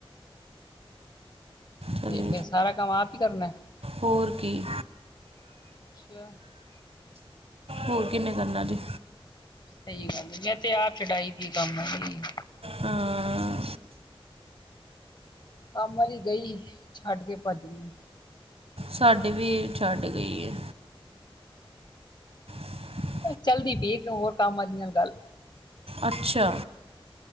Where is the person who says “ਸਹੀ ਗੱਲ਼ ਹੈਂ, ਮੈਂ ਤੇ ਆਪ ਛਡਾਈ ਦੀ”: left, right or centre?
Left